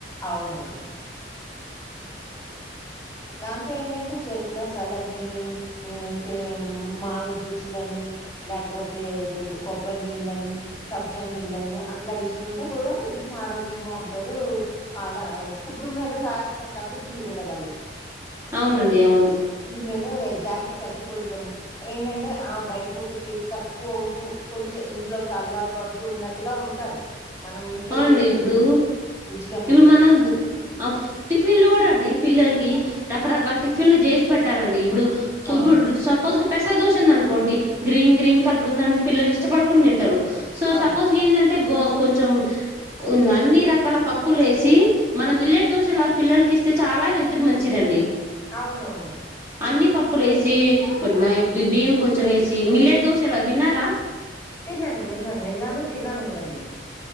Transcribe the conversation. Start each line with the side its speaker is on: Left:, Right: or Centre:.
Left: అవును అవును దాంతో ఏంట అంటే చెరుగు రసాల అని ఏం తెలియని మామిడి జ్యూసుల అని లేకపోతే ఎండికొబ్బరి నీళ్ళ అని సబ్జా నీళ్ళ అని అట్లా ఇస్తే దుంటే కూడా కొంచెం ఆరోగ్యంగా ఉంటారు అలా ఫుడ్డు మీద కాస్త తగ్గుతు ఉంది గూడా టే వాళ్ళకి
Right: అవున అండి అవును
Left: మేనులే జాస్తి తగ్గి కొంచెం ఏంట అంటే ఆ బయట ఫుడ్డుకి తక్కువ అవుతూ కొంచె ఇంట్లోకి అలవాటు పడుతూ ఉన్నట్టుగా ఉంటారు మనం ఇంట్లో
Right: ఆ అవున
Left: చేసి
Right: అండి
Left: పెడుతుంటే
Right: ఇప్పుడు
Left: రుచిగా కొద్దిగా
Right: ఇప్పుడు మనం ద్ ఆఫ్ టిఫిన్లో కూడ అండి పిల్లల్కి ఈ రకరకాల టిఫిన్లు చేసి పెట్టాల అండి ఇప్పుడు ఫుల్
Left: ఆ,
Right: ఇప్పుడు సపోజ్ క పెసర్ దోషుందనుకో అండి గ్రిన్ గ్రీన్ కలర్ ఉంద అని పిల్లల్ ఇష్టపడకుండ తింట్ టరు సో
Left: అవును
Right: సపోజ్కేంద అంటే గో కొంచెం మ్
Left: <unintelligible> <inaudible>
Right: ఉంద్ అన్ని రకాల పప్పులేసి మన మిల్లెట్ దోశలాగ్ పిల్లల్కిస్తే చాలా హెల్త్ కి మంచిదఅండి
Left: అవునవును
Right: అన్ని పప్పులేసి కొన్మయ్ బియ్యం కొంచమేసి మిల్లట్ దోశలవి విన్నారా
Left: తిన్నాను విన్నాను విన్నాను తిన్నాను కూడా నేను